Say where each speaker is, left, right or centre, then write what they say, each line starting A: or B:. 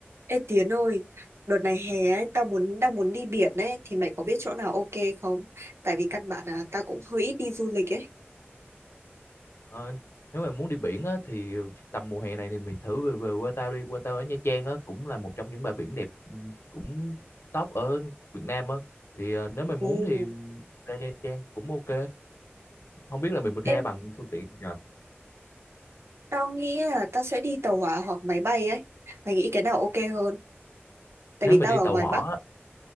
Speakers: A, on the right; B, on the left.
A: Ê Tiến ơi, đợt này hè ấy, tao muốn đang muốn đi biển ấy thì mày có biết chỗ nào ok không? Tại vì căn bản là tao cũng hơi ít đi du lịch ấy.
B: Ờ, nếu mà muốn đi biển á, thì tầm mùa hè này thì mình thử về, về Vũng Tàu đi. Vũng Tàu ở Nha Trang á, cũng là một trong những bãi biển đẹp ừ, cũng top ở Việt Nam á. Thì ờ, nếu mà muốn
A: Ồ.
B: thì ra Nha Trang cũng ok. Không biết là mình
A: Em
B: ra bằng phương tiện gì nhờ.
A: tao nghĩ là tao sẽ đi tàu hỏa hoặc máy bay ấy. Mày nghĩ cái nào ok hơn? Tại
B: Nếu
A: vì
B: mà
A: tao
B: đi
A: ở
B: tàu
A: ngoài
B: hỏa
A: Bắc.